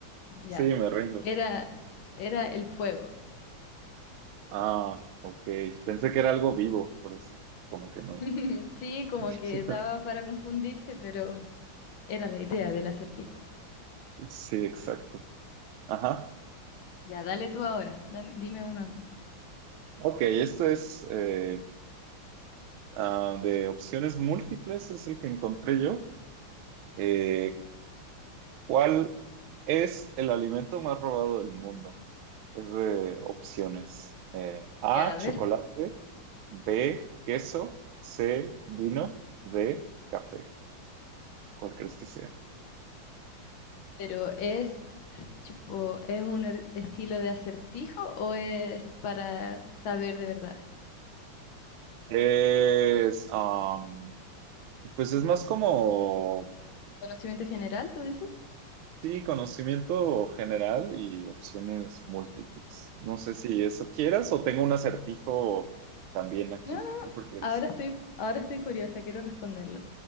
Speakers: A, on the left (about 75°); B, on the right (about 80°).
A: Ya.
B: Sí, me rindo.
A: Era, era el fuego.
B: Ah, ok. Pensé que era algo vivo, por eso, como que no.
A: <laughs> Sí, como
B: <laughs>
A: que daba para confundirse, pero... Era la idea del acertijo.
B: Sí, exacto. Ajá.
A: Ya, dale tú ahora. dam- dime uno a mí.
B: Ok, esto es eh, ah, de opciones múltiples, es el que encontré yo. Eh, ¿cuál es el alimento más robado del mundo? Es de opciones. Eh, A,
A: Ya, a
B: chocolate,
A: ver.
B: B, queso, C, vino, D, café. ¿Cuál crees que sea?
A: Pero es, tipo, ¿es un er- estilo de acertijo o es para saber de verdad?
B: Es, am, pues es más como,
A: ¿Conocimiento general, tú dices?
B: sí, conocimiento general y opciones múltiples. No sé si eso quieras o tengo un acertijo también aquí.
A: No, no.
B: ¿Cuál prefieres?
A: Ahora estoy, ahora estoy curiosa, quiero responderlo.